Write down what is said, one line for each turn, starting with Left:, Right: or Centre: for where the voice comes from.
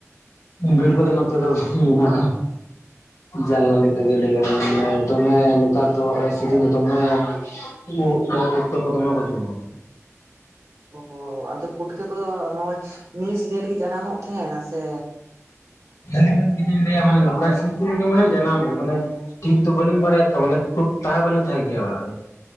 Left: ᱵᱤᱨᱤ‌ᱠᱚᱫᱚ ᱱᱚᱛᱮ ᱫᱚ ᱢᱮᱱᱟᱜᱼᱟ ᱡᱟᱞᱞᱟ ᱞᱮᱠᱟ ᱜᱮ ᱞᱟᱹᱭ ᱜᱟᱱᱚᱜᱼᱟ᱾ ᱫᱚᱢᱮ ᱱᱮᱛᱟᱨ ᱫᱚ <unintelligible> ᱥᱤᱡᱤᱱ ᱫᱚ ᱫᱚᱢᱮᱼᱼ ᱩᱫ ᱠᱚ ᱯᱩᱴᱠᱟᱹ ᱠᱚ ᱫᱚᱢᱮ ᱠᱚ ᱡᱚᱢᱟ᱾
Right: ᱚ ᱟᱫᱚ ᱯᱩᱴᱠᱟᱹ ᱠᱚᱫᱚ ᱱᱚᱜᱼᱚᱭ ᱱᱤᱭᱟᱹ ᱥᱤᱡᱤᱱ ᱨᱮᱜᱮ ᱡᱟᱱᱟᱢᱚᱜ ᱛᱟᱦᱮᱱᱟ ᱥᱮᱼᱼ
Left: <inaudible> ᱪᱮᱫ ᱞᱤᱧ ᱞᱟᱹᱭᱟ ᱢᱟᱱᱮ ᱱᱚᱝᱠᱟ ᱥᱤᱡᱤᱱ ᱜᱮ ᱢᱟᱱᱮ ᱡᱟᱱᱟᱢᱼᱟ ᱢᱟᱱᱮᱼᱼ ᱴᱷᱤᱠ ᱫᱚ ᱵᱟᱹᱞᱤᱧ ᱵᱟᱲᱟᱭᱟ ᱛᱚ ᱢᱟᱱᱮ ᱠᱷᱩᱵ ᱛᱟᱦᱮᱸ ᱵᱟᱹᱞᱤᱧ ᱛᱟᱦᱮᱸᱱ ᱜᱮᱭᱟ ᱚᱲᱟᱜ ᱨᱮ